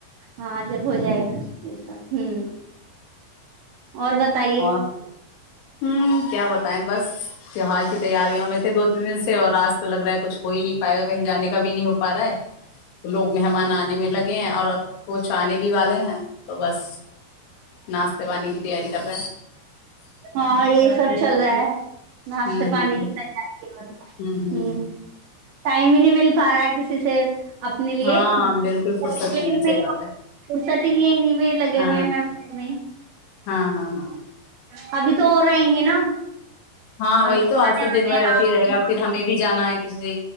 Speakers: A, on the right; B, on the left.
A: ہاں جب ہو جائے گا یہ سب ہوں اور بتائیے
B: اور ہوں کیا بتا بس تیوار کی تیاریوں میں تھے دو تین دن سے اور آج تو لگ رہا ہے کچھ کوئی نہیں پائے گا کہیں جانے کا بھی نہیں ہو پا رہا ہے لوگ مہمان آنے میں لگ ہیں اور کچھ آنے بھی والے ہیں تو بس ناشتے پانی کی تیاری کب
A: ہاں یہی سب چل رہا ہے ناشتے
B: ہوں
A: پانی کی ہوں
B: ہ ہ ہ ہ
A: ٹائم ہی نہیں مل پا رہا ہے کسی سے اپنے لیے
B: ہاں
A: مبنے
B: بالکل فرصت نہیں
A: لیے
B: ہے صحیح بات ہے
A: س نہیں میں لگے
B: ہاں
A: ہوئے ہیں ممان
B: ہاں ہاں ہاں
A: میں ابھی تو اور آئیں گے نا
B: ہاں
A: ابھی
B: وہی تو آج
A: آنے
B: ت
A: والے
B: دن بھر
A: ہیں۔ ہاں
B: رہتی ہے رہائے گا پھر ہمیں بھی جانا ہے اس